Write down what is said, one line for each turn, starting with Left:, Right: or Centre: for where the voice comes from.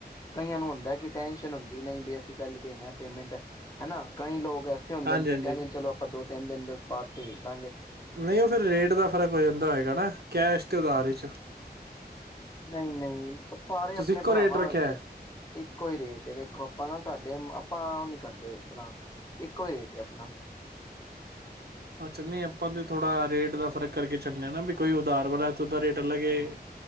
Left: ਕਈਆਂ ਨੂੰ ਹੁੰਦਾ ਕਿ ਟੈਨਸ਼ਨ ਹੁੰਦੀ ਨਹੀਂ ਬੀ ਅਸੀਂ ਪਹਿਲੇ ਦੇਣੇ ਆ ਪੇਮੈਂਟ ਹਨਾ ਕਈ ਲੋਕ ਐਸੇ ਹੁੰਦੇ
Right: ਹਾਂਜੀ
Left: ਨੇ ਫਿਰ
Right: ਹਾਂਜੀ
Left: ਕਹਿੰਦੇ ਨੇ ਚਲ ਆਪਾਂ ਦੋ ਬਾਤਦਾਗੇ <unintelligible>
Right: ਨਹੀਂ ਉਹ ਫਿਰ ਰੇਟ ਦਾ ਫ਼ਰਕ ਹੋ ਜਾਂਦਾ ਹੋਏਗਾ ਨਾ ਕਿਆ ਇਸਸ਼ਤੇ ਅਦਾਰ 'ਚ <unintelligible>
Left: ਨਹੀਂ ਨਹੀਂ ਸਾਰੇ
Right: ਤੁਸੀਂ
Left: ਆਪਣੇ
Right: ਇੱਕੋ
Left: ਭਰਾਵਾਂ
Right: ਰੇਟ ਰੱਖਿਆ
Left: ਵਰਗੇ
Right: ਹੈ
Left: ਇੱਕੋ ਹੀ ਰੇਟ ਵੇਖੋ ਆਪਾਂ ਨਾ ਸਾਡੇ ਆਪਾਂ ਉਹ ਨਹੀ ਕਰਦੇ ਆਪਣਾ ਇੱਕੋ ਹੀ ਰੇਟ ਆ ਆਪਣਾ
Right: ਅੱਛਾ ਨਹੀਂ ਆਪਾਂ ਤੇ ਥੋੜਾ ਰੇਟ ਦਾ ਫ਼ਰਕ ਕਰਕੇ ਚੱਲਣੇ ਹਾਂ ਨਾ ਵੀ ਕੋਈ ਉਧਾਰ ਵਾਲਾ ਤੇ ਉਹਦਾ ਰੇਟ ਅਲੱਗ
Left: ਹਮ
Right: ਏ